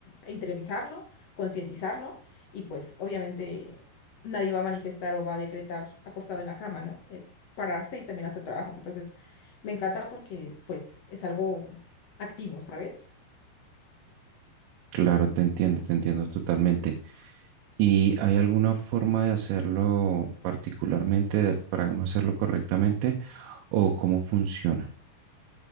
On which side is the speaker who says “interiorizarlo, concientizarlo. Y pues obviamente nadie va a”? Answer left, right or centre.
Left